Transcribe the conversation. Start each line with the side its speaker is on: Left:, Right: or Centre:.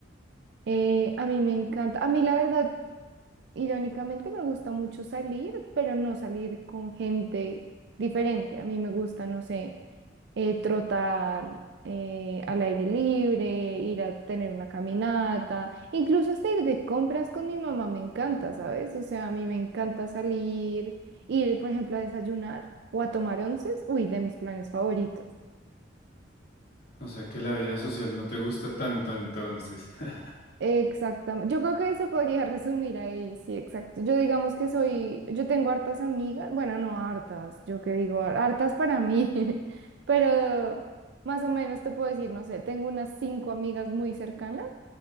Right: Eh, a mí me encanta, a mí la verdad, irónicamente me gusta mucho salir, pero no salir con gente diferente. A mí me gusta, no sé, eh, trotar eh, al aire libre, ir a tener una caminata, incluso hasta ir de compras con mi mamá me encanta, ¿sabes? O sea, a mí me encanta salir, ir, por ejemplo, a desayunar o a tomar onces, uy, de mis planes favoritos.
Left: O sea que la vida social no te gusta tanto entonces. <laughs>
Right: Exactamente. Yo creo que se podría resumir ahí, sí, exacto. Yo digamos que soy, yo tengo hartas amigas, bueno, no hartas, yo que digo, har- hartas para mí, <laughs> pero más o menos te puedo decir, no sé, tengo unas cinco amigas muy cercanas